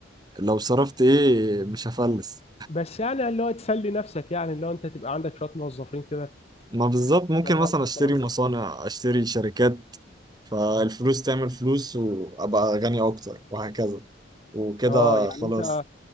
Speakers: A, on the right (about 20°); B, on the left (about 30°).
A: لو صرفت إيه مش هفلس
B: بس يعني اللي هو تسلي نفسك يعني اللي هو انت تبقى عندك شويه موظفين كده
A: ما بالظبط ممكن
B: تشتغلهم
A: مثلا اشتري
B: والكلام ده
A: مصانع اشتري شركات فالفلوس تعمل فلوس وابقى غني اكتر وهكذا وكده
B: اه يعني
A: خلاص
B: انت